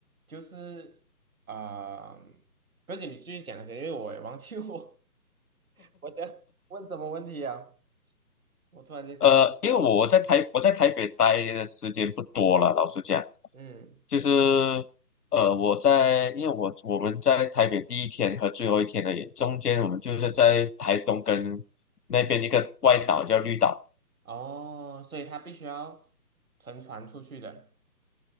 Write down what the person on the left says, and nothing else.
呃，因为我在台我在台北待的时间不多了，老实讲，
就是呃，我在因为我我们在台北第一天和最后一天的也中间，我们就是在台东跟那边一个外岛叫绿岛，